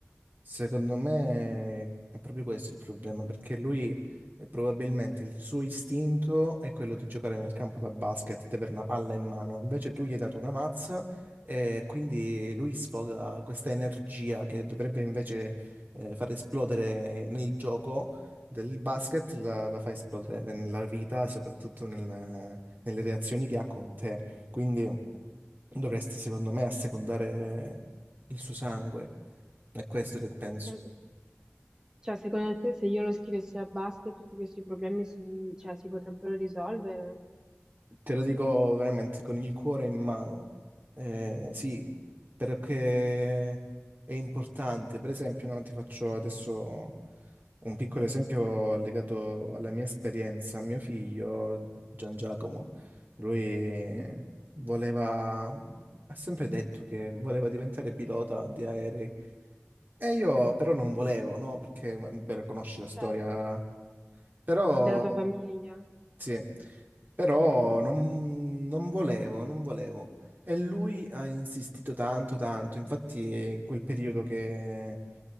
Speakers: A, on the right; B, on the right.
A: Secondo me è proprio questo il problema, perché lui eh, probabilmente il suo istinto è quello di giocare nel campo da basket, di avere una palla in mano, invece tu gli hai dato una mazza e quindi lui sfoga questa energia che dovrebbe invece eh, far esplodere nel gioco del basket, la, la fa esplodere nella vita e soprattutto nel- nelle reazioni che ha con te. Quindi dovresti, secondo me, assecondare il suo sangue. È questo che penso.
B: Cioè, cioè, secondo te se io lo scrivessi a basket tutti questi problemi si, cioè, si potrebbero risolvere?
A: Te lo dico veramente con il cuore in mano. Eh, sì, perché è importante. Per esempio, no, ti faccio adesso un piccolo esempio legato alla mia esperienza. Mio figlio, Gian Giacomo, lui
B: Mm?
A: voleva, ha sempre detto che voleva diventare pilota di aerei. E io però non volevo, no? Perché, beh, conosci la storia.
B: Certo.
A: Però...
B: Della tua famiglia?
A: Sì, però
B: Eh.
A: non, non volevo, non volevo. E lui ha insistito tanto, tanto. Infatti, in quel periodo che,